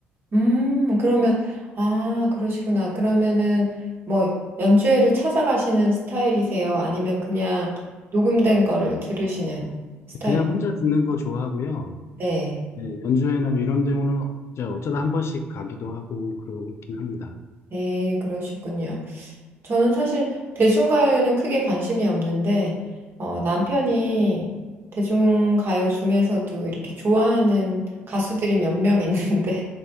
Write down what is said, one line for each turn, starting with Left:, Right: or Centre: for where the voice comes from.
Right: 음, 그러면, 아, 그러시구나. 그러면은 뭐 연주회를 찾아가시는 스타일이세요? 아니면 그냥 녹음된 거를 들으시는 스타일?
Left: 그냥 혼자 듣는 거 좋아하고요.
Right: 네.
Left: 예, 연주회나 뭐 이런 데는 이제 어쩌다 한 번씩 가기도 하고 그러긴 합니다.
Right: 네, 그러시군요. 저는 사실 대중가요에는 크게 관심이 없는데, 어, 남편이 대중가요 중에서도 이렇게 좋아하는 가수들이 몇 명 있는데,